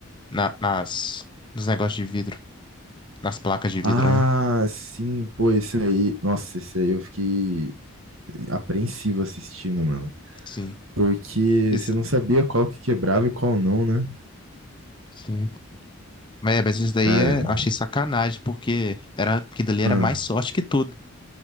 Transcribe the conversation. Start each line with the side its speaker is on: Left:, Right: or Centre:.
Left: na- nas, nos negócios de vidro, nas placas de
Right: Ah,
Left: vidro, né?
Right: sim, pô, esse aí. Nossa, esse aí eu fiquei apreensivo assistindo, mano.
Left: Sim.
Right: Porque
Left: Isso-
Right: você não sabia qual que quebrava e qual não, né?
Left: Sim. Mas, é, mas isso daí
Right: Cara,
Left: é, eu achei sacanagem, porque era, aquilo ali era
Right: ah.
Left: mais sorte que tudo.